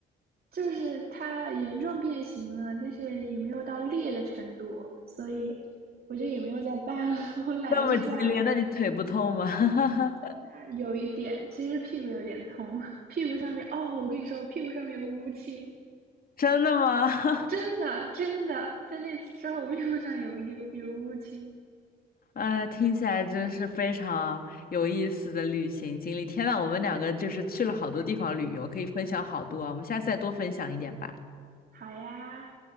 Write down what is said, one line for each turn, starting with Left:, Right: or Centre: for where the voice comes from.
Right: 就是它严重变形了，但是也没有到裂的程度，所以我就也没有再办了，<laughs> 我懒得去办了。
Left: 这么激烈，那你腿不痛吗？<laughs>
Right: 啊有一点，其实屁股有点痛，屁股上面哦，我跟你说，我屁股上面有个乌青，
Left: 真的吗？<laughs>
Right: 真的真的，在那次之后，屁股上有一个有个乌青。
Left: 呃，听起来真是非常有意思的旅行经历。天呐，我们两个就是去了好多地方旅游，可以分享好多啊。我们下次再多分享一点吧。
Right: 好呀，